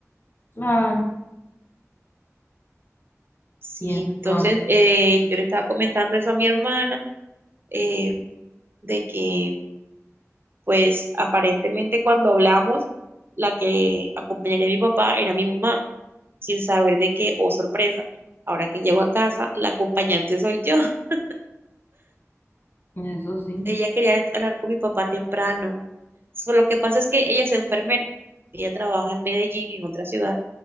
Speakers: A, on the left; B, on the right.
A: Claro,
B: Sí,
A: y entonces,
B: entonces eh, yo le estaba comentando eso a mi hermana, eh, de que pues aparentemente cuando hablamos, la que acompañaría a mi papá era mi mamá, sin saber de que, oh sorpresa, ahora que llego a casa, la acompañante soy yo. <laughs>
A: eso sí,
B: Ella quería hablar con mi papá temprano. So, lo que pasa es que ella es enfermera, ella trabaja en Medellín, en otra ciudad,